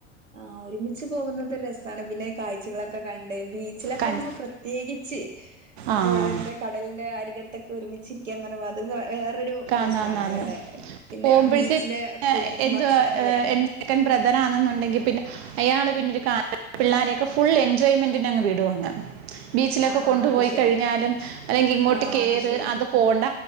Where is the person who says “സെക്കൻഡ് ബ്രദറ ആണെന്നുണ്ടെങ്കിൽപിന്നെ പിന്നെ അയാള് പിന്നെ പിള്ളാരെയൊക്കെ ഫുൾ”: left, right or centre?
Right